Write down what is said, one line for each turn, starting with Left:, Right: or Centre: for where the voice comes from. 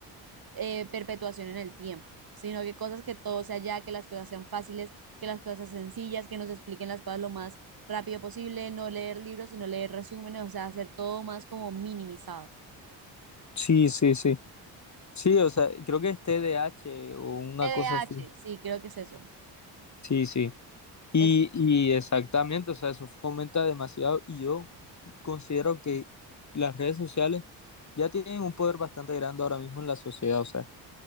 Right: eh, perpetuación en el tiempo, sino que cosas que todo sea ya, que las cosas sean fáciles, que las cosas sean sencillas, que nos expliquen las cosas lo más rápido posible, no leer libros, sino leer resúmenes, o sea, hacer todo más como minimizado.
Left: Sí, sí, sí. Sí, o sea, creo que es T D A H o una
Right: TDAH.
Left: cosa así.
Right: Sí, creo que es eso.
Left: Sí, sí. Y,
Right: Es-
Left: y exactamente, o sea, eso fomenta demasiado y yo considero que las redes sociales ya tienen un poder bastante grande ahora mismo en la sociedad, o sea,